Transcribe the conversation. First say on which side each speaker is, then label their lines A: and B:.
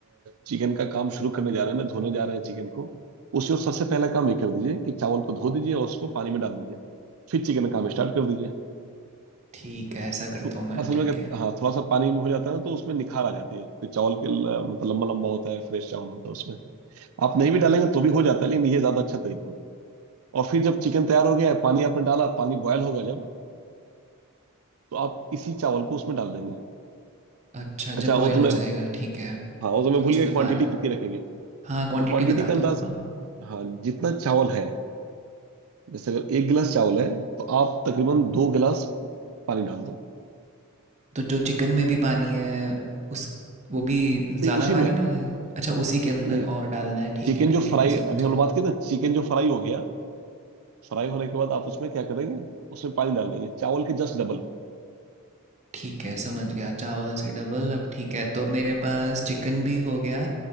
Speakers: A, on the right; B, on the right.
A: चिकन का काम शुरू करने जा रहे हैं ना धोने जा रहे हैं चिकन को उसी और सबसे पहला काम ये कर दीजिए कि चावल को धो दीजिए और उसको पानी में डाल दीजिए फिर चिकन का काम स्टार्ट कर दीजिए
B: ठीक है ऐसा करता
A: तो
B: हूँ मैं
A: असल
B: ठीक
A: में क्या
B: है
A: हाँ थोड़ा सा पानी में हो जाता है ना तो उसमें निखार आ जाती है फिर चावल के ल- मतलब लंबा लंबा होता है फ्रेश चावल होता है उसमें आप नहीं भी डालेंगे तो भी हो जाता है लेकिन ये ज्यादा अच्छा तरीका है और फिर जब चिकन तैयार हो गया है पानी आपने डाला पानी बॉयल होगा जब तो आप इसी चावल को उसमें डाल देंगे
B: अच्छा
A: अच्छा
B: जब बॉईल
A: वो तो
B: हो
A: मैं
B: जाएगा ठीक है
A: हाँ वो तो मैं
B: फिर
A: भूल
B: उसमें
A: गया क्वांटिटी
B: पा
A: कितनी रखेंगे
B: हाँ क्वांटिटी
A: तो क्वांटिटी
B: बता
A: का अंदाज
B: दो हाँ
A: हाँ जितना चावल है जैसे अगर एक गिलास चावल है तो आप तकरीबन दो गिलास पानी डाल दो
B: तो जो चिकन में भी पानी है उस वो भी ज़्यादा
A: नहीं उसी
B: पानी
A: में
B: नहीं हो जाएगा अच्छा उसी के अंदर
A: नहीं
B: और डालना है ठीक
A: चिकन
B: है ठीक
A: जो
B: है
A: फ्राई
B: मैं समझ
A: अभी हम
B: गया
A: लोग बात की ना चिकन जो फ्राई हो गया फ्राई होने के बाद आप उसमें क्या करेंगे उसमें पानी डाल देंगे चावल के जस्ट डबल
B: ठीक है समझ गया चावल से डबल अब ठीक है तो अब मेरे पास चिकन भी हो गया